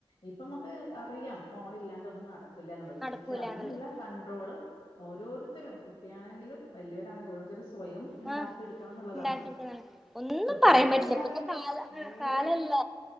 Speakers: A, on the left (about 80°); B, in the centre.
A: ഇപ്പൊമ്മക്ക് അറിയാം, ഫോൺ ഇല്ലാണ്ട് ഒന്നും നടക്ക് ക്കില്ല എന്നുള്ളത്.
B: നടക്കൂലാന്നുള്ളത്
A: പക്ഷെ അതിനുള്ള കൺണ്ട്രോള് ഓരോരുത്തരും കുട്ടിയാണെങ്കിലും വലിയോരാണെങ്കിലും ഓരോരുത്തര്സ് സ്വയം ഇണ്ടാക്കി
B: ആ
A: എടുക്കണം എന്നുള്ളതാണ്
B: ഉണ്ടാക്കിയെടുക്കുന്നതാണ് ഒന്നും
A: കുട്ടികൾക്കതുണ്ടാവില്ല
B: പറയാൻ പറ്റില്ല ഇപ്പത്തെ കാല
A: ഏയ്‌
B: കാലല്ല